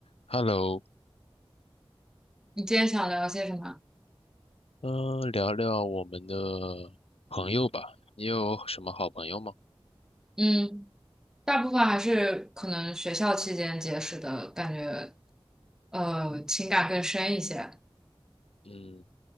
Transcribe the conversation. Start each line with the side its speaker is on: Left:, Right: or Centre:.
Left: Hello，
Centre: 你今天想聊些什么？
Left: 呃，聊聊我们的朋友吧。你有什么好朋友吗？
Centre: 嗯，大部分还是可能学校期间结识的感觉，呃，情感更深一些。
Left: 嗯，